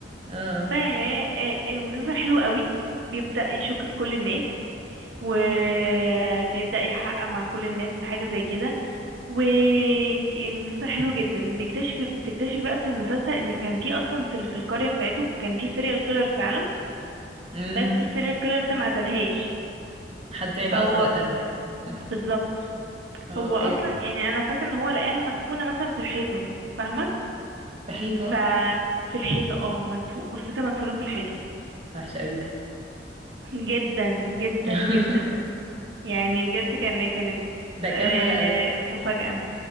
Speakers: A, on the right; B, on the right.
A: اه
B: فالمسلسل حلو قوي بيبدأ يشك في كل الناس وبيبدأ يحقق مع كل الناس في حاجة زي كده والمسلسل حلو جدا بيكتشف بتكتشف بقى في المسلسل ان كان في اصلا في في القرية بتاعتهم كان في سيريال كيلر فعلا
A: امم
B: بس السيريال كيلر ده ما قتلهاش
A: حد تاني بقى
B: فهو
A: اصلا اللي قتلها يعني <laughs>
B: بالظبط
A: اوكي
B: هو اصلا يعني انا فاكره ان هو لقاها مدفونه مثلا في الحيطه فاهمه
A: في حيطة
B: ففي الحيطه اه مدفون جثتها مدفونه في الحيطه
A: وحشة قوي دي
B: جدا جدا
A: <laughs>
B: جدا يعني بجد كان كانت
A: ده
B: آه،
A: كام حلقة ده
B: مفاجاه